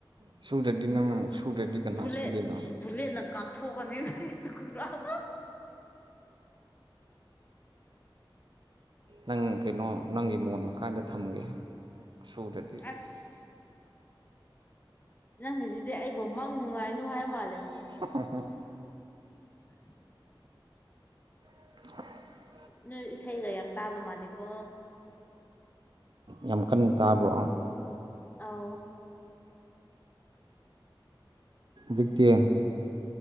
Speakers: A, on the right; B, on the left.
A: ꯁꯨꯗ꯭ꯔꯗꯤ ꯅꯪ ꯁꯨꯗ꯭ꯔꯗꯤ ꯀꯅꯥ
B: ꯕꯨꯂꯦꯠ
A: ꯁꯨꯗꯣꯏꯅꯣ
B: ꯕꯨꯂꯦꯠꯅ ꯀꯥꯞꯊꯣꯛꯀꯅꯤ ꯅꯪ ꯈꯪꯒ꯭ꯔꯥꯗꯣ
A: ꯅꯪ ꯀꯩꯅꯣ ꯅꯪꯒꯤ ꯃꯣꯟ ꯃꯈꯥꯟꯗ ꯊꯝꯒꯦ ꯁꯨꯗ꯭ꯔꯗꯤ
B: ꯑꯁ ꯅꯪꯒꯤꯁꯤꯗꯤ ꯑꯩꯕꯨ ꯃꯪ ꯅꯨꯡꯉꯥꯏꯅꯨ ꯍꯥꯏ ꯃꯥꯜꯂꯦ
A: <inaudible>
B: <unintelligible>
A: <unintelligible>
B: ꯅꯣꯏ ꯏꯁꯩꯒ ꯌꯥꯝ ꯇꯥꯕ ꯃꯥꯜꯂꯤꯀꯣ
A: ꯌꯥꯝ ꯀꯟꯅ ꯇꯥꯕ꯭ꯔꯣ
B: ꯑꯥꯎ
A: ꯍꯧꯖꯤꯛꯇꯤ